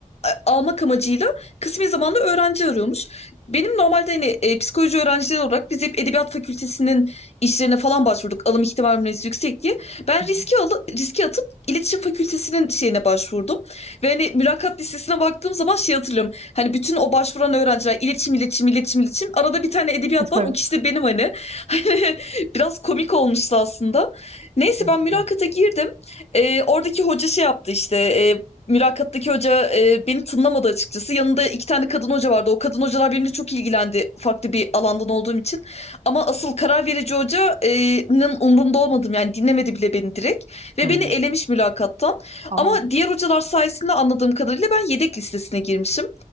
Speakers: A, on the left; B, on the right.
A: e, almak amacıyla kısmi zamanlı öğrenci arıyormuş. Benim normalde hani e, psikoloji öğrencileri olarak biz hep edebiyat fakültesinin işlerine falan başvurduk. Alım ihtimalimiz yüksek diye. Ben
B: Hı
A: riski
B: hı.
A: alı riski atıp iletişim fakültesinin şeyine başvurdum. Ve hani mülakat listesine baktığım zaman şey hatırlıyorum. Hani bütün o başvuran öğrenciler iletişim, iletişim, iletişim, iletişim. Arada bir tane edebiyat
B: Psikoloji.
A: var. O kişi de benim hani. Hani <laughs> biraz komik olmuştu aslında. Neyse
B: Çok
A: ben mülakata
B: güzel.
A: girdim. Ee, oradaki hoca şey yaptı işte. e, mülakattaki hoca e, beni tınlamadı açıkçası. Yanında iki tane kadın hoca vardı. O kadın hocalar benimle çok ilgilendi farklı bir alandan olduğum için. Ama asıl karar verici hocanın umrunda olmadım yani dinlemedi bile beni direkt. Ve
B: Hı
A: beni
B: hı.
A: elemiş mülakattan.
B: Aa.
A: Ama diğer hocalar sayesinde anladığım kadarıyla ben yedek listesine girmişim.